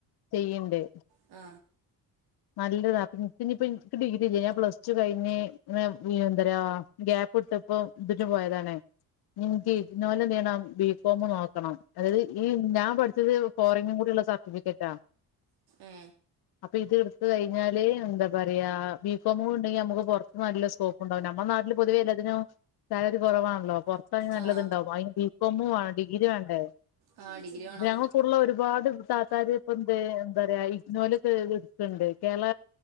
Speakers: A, on the left (about 80°); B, on the right (about 80°).
A: ചെയ്യ്ണ്ട്
B: ആ
A: നല്ലതാ പ്പനിക്കിപ്പ നിക്ക് ഡിഗ്രിയില്ല ഞാൻ പ്ലസ് ടു കഴിഞ്ഞ് ന്തരാ ഗ്യാപ്പിട്ടിപ്പം ഇതിനു പോയതാണേ ഇഞ്ഞിനിക്ക് ഇഗ്നോയിൽ എന്തു ചെയ്യണം ബികോം നോക്കണം അതായത് ഈ ഞാൻ പഠിച്ചത് ഫോറിങ്ങും കൂടിള്ള സർട്ടിഫിക്കറ്റാ
B: ഏ
A: <unintelligible> ഇത്കഴിഞ്ഞാല് എന്താ പറയാ ബികോമൂടെണ്ടെങ്കി നമ്മക്ക് പൊറത്ത് നല്ല സ്കോപ്പ് ഉണ്ടാകും നമ്മുടെ നാട്ടില് പൊതുവെ എല്ലാതിനും സാലറി കുറവാണല്ലോ പുറത്താ നല്ലത്ണ്ടാവും
B: ആ
A: അതിന് ബികോമ വേ ഡിഗ്രി വേണ്ടേ
B: ആ ഡിഗ്രി വേണം
A: അ ഞങ്ങൾ കൂടുള്ള ഒരുപാട് താത്താാര് ഇപ്പ എന്ത്‌ എന്താ പറയാ ഇഗ്നോലൊക്കെ ണ്ട് കേരള